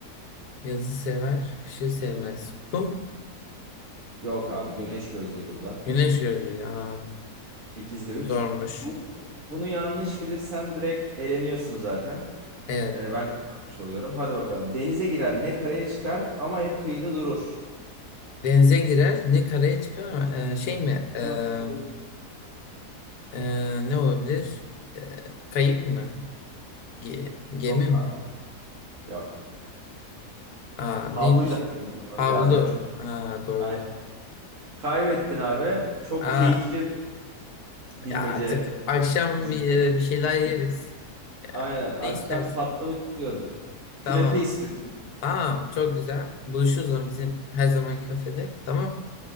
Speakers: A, on the left (about 70°); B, on the right (about 55°).
A: yazı sever, kışı sevmez. Kum,
B: Yok abi güneş gözlüydü bu da.
A: güneş görür. Aa,
B: 8'de 3.
A: zormuş.
B: Bu, bunu yanlış bilirsen direkt eleniyorsun zaten.
A: Evet.
B: Ee, ben kazanmış oluyorum. Hadi bakalım. Denize girer ne karaya çıkar ama hep kıyıda durur.
A: Denize girer, ne karaya çıkar ama eee, şey mi? Eee,
B: Ama hep kıyıda durur.
A: eee, ne olabilir? Eee, kayık mı? Ge- gemi
B: Yok
A: mi?
B: abi. Yok.
A: Aa,
B: Havluyu
A: neymiş?
B: da aldın doğru
A: Havlu.
B: ya abi.
A: Aa, doğru.
B: Aynen. Kaybettin abi. Çok
A: Aa,
B: keyifli bilmece.
A: ya artık akşam
B: bizimki.
A: bir, e, bir şeyler yeriz.
B: Aynen. Akşam
A: Ne istersen.
B: tatlı mı istiyorum? Künefe
A: Tamam.
B: istiyorum.
A: Tamam, çok güzel. Buluşuruz o zaman bizim her zamanki kafede. Tamam.